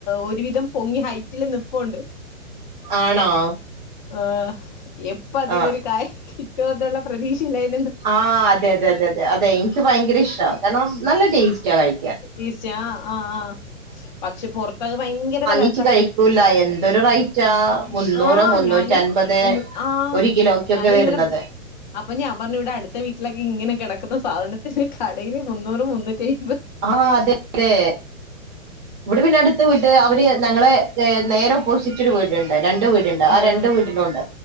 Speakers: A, on the left; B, on the right.
A: ഒരുവിധം പൊങ്ങി ഹൈറ്റില് നിപ്പൊണ്ട്.
B: ആണോ?
A: ആഹ് എപ്പ അതീന്നൊരു
B: ആ
A: കായ കിട്ടുമെന്നുള്ള പ്രതീക്ഷയിലായി
B: ആഹ് അതെ അതെ അതെ അതെ എനിക്ക് ഭയങ്കര ഇഷ്ടാ കാരണം നല്ല ടേസ്റ്റാ കഴി
A: ടേസ്റ്റ് ആഹ് ആഹ് ആഹ് പക്ഷെ പൊറത്തൊക്കെ ഭയങ്കര വെല
B: ച്ച്
A: ക
B: കഴിക്കൂല എന്തൊരു റൈറ്റാ മുന്നൂറ്
A: ആഹ്
B: മുന്നൂറ്റൻമ്പത്
A: ഞാന് ഒന്ന് ആഹ്
B: ഒരു കിലോ യ്ക്ക്‌
A: ഞാന്
B: വരുന്നത്.
A: ഇന്നലെ പോ- അപ്പൊ ഞാൻ പറഞ്ഞു ഇവിടെ അടുത്ത വീട്ടിലൊക്കെ ഇങ്ങനെ കിടക്കുന്ന സാധനത്തിന് കടയിൽ മുന്നൂറ് മുന്നൂറ്റയ്മ്പത്
B: ആഹ് അതെ അതെ. ഇവിടെ പിന്നെ അടുത്ത വീട്ട് അവര് നങ്ങളെ നേരെ ഓപ്പോസിറ്റ് ഒരു വീടുണ്ട് രണ്ട് വീട് രുണ്ടോ ആ
A: ഏഹ്
B: രണ്ട് വീട്ടിലുണ്ട്